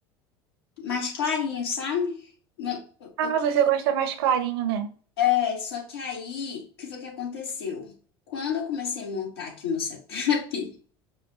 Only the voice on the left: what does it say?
mais clarinho, sabe? Mano, eu,
eu,
É, só que aí, o que foi que aconteceu? Quando eu comecei a montar aqui meu setup,